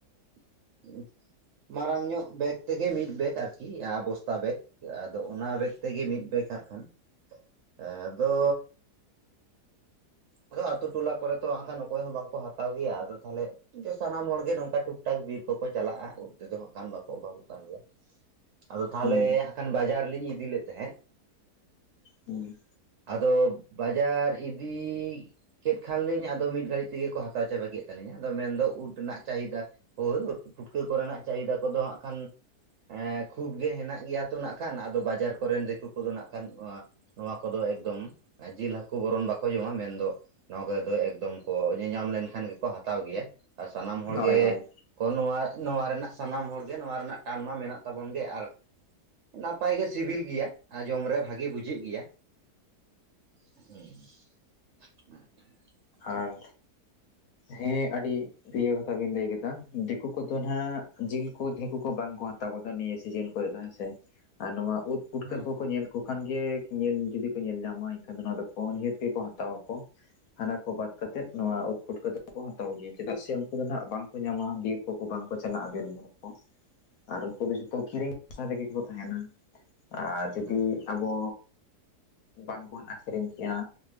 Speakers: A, on the right (about 60°); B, on the left (about 65°).
A: <inaudible> ᱢᱟᱨᱟᱝ ᱧᱚᱜ ᱵᱮᱜᱽ ᱛᱮᱜᱮ, ᱢᱤᱫ ᱵᱮᱜᱽ ᱟᱨᱠᱤ, ᱟ ᱵᱚᱥᱛᱟ ᱵᱮᱜᱽ᱾ ᱟᱫᱚ, ᱚᱱᱟ ᱵᱮᱜᱽ ᱛᱮᱜᱮ ᱢᱤᱫ ᱵᱮᱜᱽ ᱦᱟᱸᱜ ᱠᱷᱟᱱ, ᱟᱫᱚᱼᱼ ᱟᱫᱚᱹ ᱟᱛᱩ ᱴᱚᱞᱟ ᱠᱚ ᱛᱚ ᱦᱟᱸᱜ, ᱦᱟᱸᱜᱠᱷᱟᱱ ᱚᱠᱚᱭ ᱦᱚᱸ ᱵᱟᱝᱠᱚ ᱦᱟᱛᱟᱣ ᱜᱮᱭᱟ, ᱟᱫᱚ ᱛᱟᱦᱞᱮ? ᱫᱮ, ᱥᱟᱱᱟᱢ ᱦᱚᱲ ᱜᱮ, ᱱᱚᱝᱠᱟ ᱴᱩᱠ ᱴᱟᱠ ᱵᱤᱨ ᱠᱚᱠᱚ ᱪᱟᱞᱟᱜᱼᱟ, ᱩᱫ ᱛᱮᱫᱚ ᱦᱟᱸᱜᱠᱷᱟᱱ, ᱵᱟᱠᱚ ᱚᱵᱷᱟᱵᱚᱜ ᱠᱟᱱ ᱜᱮᱭᱟ᱾ ᱟᱫᱚ ᱛᱟᱦᱚᱞᱮ,
B: ᱦᱩᱸ
A: ᱦᱟᱸᱜᱠᱷᱟᱱ ᱵᱟᱡᱟᱨ ᱞᱤᱧ ᱤᱫᱤ ᱞᱮᱫ, ᱛᱟᱦᱮᱸᱫ᱾
B: ᱦᱩᱸ
A: ᱟᱫᱚ, ᱵᱟᱡᱟᱨ ᱤᱫᱤᱼᱼ ᱠᱮᱫᱠᱷᱟᱱ ᱞᱤᱧ, ᱟᱫᱚ ᱢᱤᱫ ᱜᱷᱟᱹᱲᱤᱡ ᱛᱮᱜᱮ ᱠᱚ ᱦᱟᱛᱟᱣ ᱪᱟᱵᱟ ᱠᱮᱫ ᱛᱟᱹᱞᱤᱧᱼᱟ, ᱟᱫᱚ ᱢᱮᱱᱫᱚ, ᱩᱫ ᱨᱮᱱᱟᱜ ᱪᱟᱦᱤᱫᱟᱼᱼ ᱦᱳ, <inaudible> ᱯᱩᱴᱠᱟᱹ ᱠᱚᱨᱮᱱᱟᱜ ᱪᱟᱦᱤᱫᱟ ᱠᱚᱫᱚ ᱦᱟᱸᱜ ᱠᱷᱟᱱᱼᱼ ᱮᱸ, ᱠᱷᱩᱵ ᱜᱮ ᱦᱮᱱᱟᱜ ᱜᱮᱭᱟ ᱛᱚ ᱱᱟᱜ ᱠᱷᱟᱱ, ᱟᱫᱚ ᱵᱟᱡᱟᱨ ᱠᱚᱨᱮᱱ, ᱫᱤᱠᱩ ᱠᱚᱫᱚ, ᱱᱟᱜᱠᱷᱟᱱ, ᱮᱸ, ᱱᱚᱣᱟ ᱠᱚᱫᱚ ᱮᱠᱫᱚᱢ, ᱡᱤᱞ ᱦᱟᱹᱠᱩ ᱵᱚᱨᱚᱱ, ᱵᱟᱠᱚᱼᱼ ᱠᱚ ᱡᱚᱢᱟ, ᱢᱮᱱ ᱫᱚ, ᱱᱚᱣᱟ <unintelligible> ᱮᱠᱫᱚᱢ ᱠᱚ ᱧᱮᱧᱟᱢ ᱞᱮᱱᱠᱷᱟᱱ ᱜᱮᱠᱚ ᱦᱟᱛᱟᱣ ᱜᱮᱭᱟ᱾ ᱟᱨ, ᱥᱟᱱᱟᱢ ᱦᱚᱲ
B: ᱦᱳᱭ
A: ᱜᱮᱼᱼ
B: ᱦᱳᱭ
A: ᱠᱚ, ᱱᱚᱣᱟᱼᱱᱚᱣᱟ ᱨᱮᱱᱟᱜ ᱥᱟᱱᱟᱢ ᱦᱚᱲ ᱜᱮ, ᱱᱚᱣᱟ ᱨᱮᱱᱟᱜ ᱴᱟᱱ ᱢᱟ ᱢᱮᱱᱟᱜ ᱛᱟᱵᱚᱱ ᱜᱮ, ᱟᱨᱼᱼ ᱱᱟᱯᱟᱭ ᱜᱮ ᱥᱤᱵᱤᱞ ᱜᱮᱭᱟ, ᱟᱨ ᱡᱚᱢ ᱨᱮ ᱵᱷᱟᱜᱮ ᱵᱩᱡᱷᱟᱹᱜ ᱜᱮᱭᱟᱼᱼ <inaudible>
B: ᱟᱨ ᱦᱮᱸ, ᱟᱹᱰᱤᱼᱼ ᱤᱭᱟᱹ ᱠᱟᱛᱷᱟ ᱵᱮᱤᱱ ᱞᱟᱹᱭ ᱠᱟᱫᱟ, ᱫᱤᱠᱩ ᱠᱚᱫᱚ ᱱᱷᱟᱜ, ᱡᱤᱞ ᱠᱚ ᱫᱷᱤᱠᱩ ᱠᱚ ᱵᱟᱝᱠᱚ ᱦᱟᱛᱟᱣ ᱠᱟᱫᱟ ᱱᱤᱭᱟᱹ ᱥᱤᱡᱤᱱᱼᱼ ᱠᱚ ᱫᱚ ᱦᱮᱸᱥᱮ ᱟᱨ ᱱᱚᱣᱟ ᱩᱫᱽ ᱯᱩᱴᱠᱟᱹ
A: ᱦᱩᱸ
B: ᱠᱚ ᱠᱚ ᱧᱮᱞ ᱠᱚ ᱠᱷᱟᱱ ᱜᱮ ᱧᱮᱞ ᱡᱩᱫᱤ ᱠᱚ ᱧᱮᱞ ᱧᱟᱢᱟ ᱮᱱᱠᱷᱟᱱ ᱫᱚ ᱱᱚᱶᱟ ᱫᱚ ᱱᱤᱦᱟᱹᱛ ᱜᱮᱠᱚ ᱦᱟᱛᱟᱣᱟ ᱠᱚ, ᱦᱟᱱᱟ ᱠᱚ ᱵᱟᱫ ᱠᱟᱛᱮᱫ ᱱᱚᱣᱟ ᱯᱩᱟᱴᱠᱟᱹ ᱫᱚ ᱠᱚ ᱦᱟᱛᱟᱣ ᱜᱮᱭᱟ ᱪᱮᱫᱟᱜ ᱥᱮ ᱩᱱᱠᱩ ᱫᱚ ᱱᱦᱟᱜ ᱵᱟᱝᱠᱚ ᱧᱟᱢᱟ ᱠᱚ ᱵᱟᱝ ᱠᱚ ᱪᱟᱞᱟᱜ-ᱟ ᱵᱤᱨ ᱵᱩᱨᱩ ᱠᱚ ᱟᱨ ᱩᱱᱠᱩ ᱫᱚ ᱡᱷᱚᱛᱚ ᱠᱤᱨᱤᱧ ᱟᱥᱟ ᱨᱮᱜᱮ ᱠᱚ ᱛᱟᱦᱮᱱᱟ ᱟᱨ ᱡᱩᱫᱤ
A: ᱦᱩᱸ
B: ᱟᱵᱚ ᱵᱟᱝᱵᱚᱱ ᱟᱠᱷᱨᱤᱧ ᱠᱮᱭᱟ